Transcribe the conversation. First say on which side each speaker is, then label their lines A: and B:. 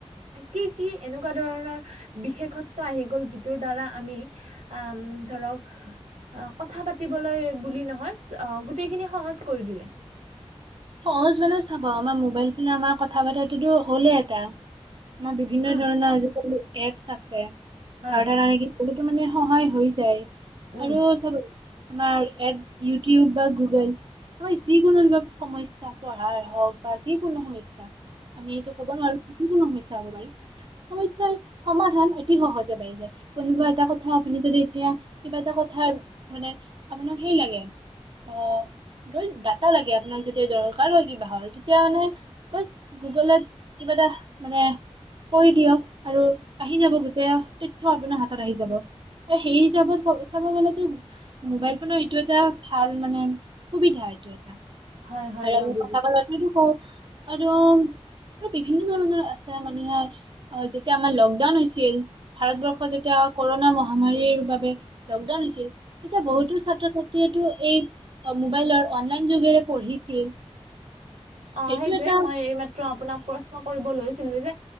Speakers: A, on the right; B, on the right.
A: কি কি এনেকুৱা ধৰণৰ বিশেষত্ব আহি গ'ল যিটোৰ দ্বাৰা আমি আম ধৰক অ', কথা পাতিবলৈ বুলি নহয় অ', গোটেইখিনি সহজ কৰি দিলে।
B: সহজ মানে চাব আমাৰ মোবাইল ফোনে আমাৰ কথা বতৰাটোতো হ'লেই এটা। আমাৰ বিভিন্ন
A: উম
B: ধৰণৰ আজিকালি এপছ আছে
A: হয়
B: যাৰ ধাৰণে কি তো মানে সহায় হৈ যায়
A: উম
B: আৰু চাব আমাৰ এপ ইউটিউব বা গুগল আমাৰ যিকোনো কিবা সমস্যা পঢ়াৰ হওঁক বা যিকোনো সমস্যা আমি এইটো ক'ব নোৱাৰো। যিকোনো সমস্যা হ'ব পাৰে সমস্যাৰ অতি সহজে পাই যায়। কোনোবা এটা কথা আপুনি যদি এতিয়া কিবা এটা কথা মানে আপোনাক সেই লাগে। অ', যদি দাটা লাগে আপোনাক। যেতিয়া দৰকাৰ কিবাহৰ তেতিয়া মানে বাছ গুগলত কিবা এটা মানে কৈ দিয়ক আৰু আহি যাব গোটেই তথ্য আপোনাৰ হাতত আহি যাব। আৰু সেই হিচাপত ক চাব গলেতো মোবাইল ফোনৰ এইটো এটা ভাল মানে সুবিধা এইটো এটা।
A: হয় হয়,
B: আৰু
A: মই
B: আমি
A: বুজিছো।
B: কথা <unintelligible> আৰু আৰু বিভিন্ন ধৰণৰ আছে মানুহে আহ, যেতিয়া আমাৰ লকডাউন হৈছিল। ভাৰতবৰ্ষত যেতিয়া কৰোনা মহামাৰীৰ বাবে লকডাউন হৈছিল। তেতিয়া বহুতো
A: উম।
B: ছাত্ৰ-ছাত্ৰীয়েটো এই মোবাইলৰ অনলাইন যোগেৰে পঢ়িছিল।
A: অ',
B: সেইটো
A: সেইটোয়ে
B: এটা
A: মই এই মাত্ৰ আপোনাক প্ৰশ্ন কৰিব লৈছিলোৱে যে